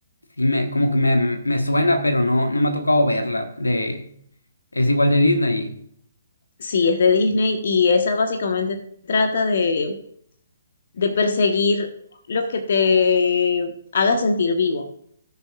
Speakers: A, on the left (about 80°); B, on the left (about 55°).
A: Sí, me, como que me, me suena, pero no, no me ha tocado verla. De, es igual de Disney.
B: Sí, es de Disney y esa básicamente trata de de perseguir lo que te haga sentir vivo.